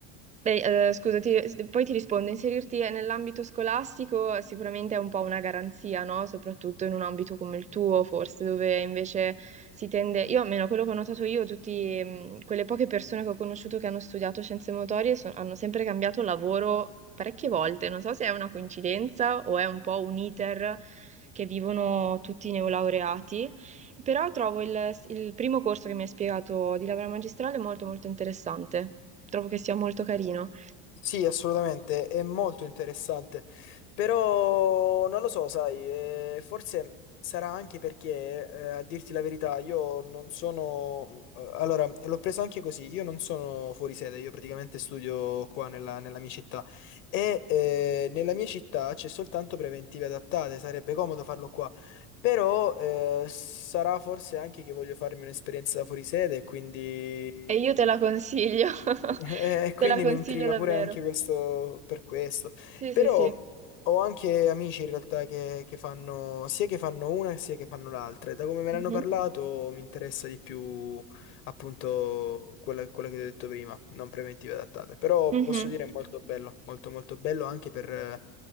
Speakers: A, on the right; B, on the left.
A: Beh, eh, scusa, ti- s- poi ti rispondo, inserirti eh, nell'ambito scolastico sicuramente è un po' una garanzia, no? Soprattutto in un ambito come il tuo, forse, dove invece si tende, io almeno quello che ho notato io, tutte quelle poche persone che ho conosciuto che hanno studiato scienze motorie so- hanno sempre cambiato lavoro parecchie volte, non so se è una coincidenza o è un po' un iter che vivono tutti i neolaureati. Però trovo il, il primo corso che mi hai spiegato di laurea magistrale molto molto interessante. Trovo che sia molto carino
B: Sì, assolutamente, è molto interessante, però non lo so, sai, eh, forse sarà anche perché, eh, a dirti la verità, io non sono... mm, eh, allora, l'ho preso anche così, io non sono fuori sede, io praticamente studio qua nella, nella mia città e eh, nella mia città c'è soltanto preventive adattate, sarebbe comodo farlo qua, però eh, sarà forse anche che voglio farmi un'esperienza da fuori sede, quindi...
A: e io
B: mm,
A: te la consiglio. <laughs>
B: e e quindi
A: Te la consiglio
B: mi intriga
A: davvero.
B: pure anche questo per questo.
A: Sì,
B: Però
A: sì, sì.
B: ho anche amici in realtà che, che fanno sia che fanno una sia che fanno l'altra. E da come me
A: Mhm.
B: ne hanno parlato mi interessa di più appunto quella, quella che ti ho detto prima, non preventive adattate. Però
A: Mhm.
B: posso dire è molto bello, molto molto bello anche per,